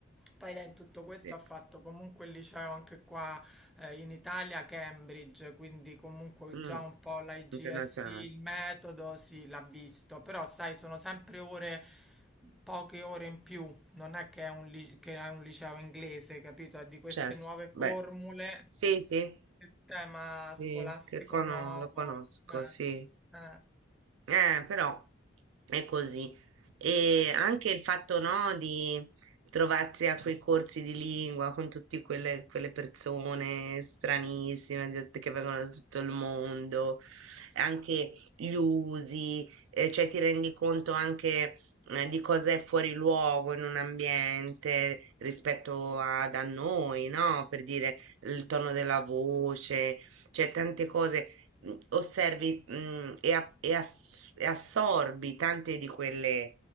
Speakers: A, in the centre; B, on the right.
A: poi lei in tutto
B: sì,
A: questo ha fatto comunque il liceo anche qua eh, in Italia, a Cambridge, quindi comunque
B: mh.
A: già un po' l'IGSE,
B: Internazionale,
A: il metodo, sì, l'ha visto, però sai, sono sempre ore, poche ore in più, non è che è un, li- che è un liceo inglese, capito? È di queste
B: certo,
A: nuove formule,
B: beh, sì, sì.
A: sistema
B: Sì,
A: scolastico
B: che cono
A: nuovo,
B: lo conosco,
A: eh,
B: sì.
A: eh,
B: Eh, però è così. E anche il fatto, no, di trovarsi a quei corsi di lingua con tutte quelle, quelle persone stranissime di- che vengono da tutto il mondo, anche gli usi, eh, cioè ti rendi conto anche, eh, di cosa è fuori luogo in un ambiente rispetto a, da noi, no? Per dire il tono della voce, cioè tante cose mh, osservi, mh, e, a- e ass- e assorbi tante di quelle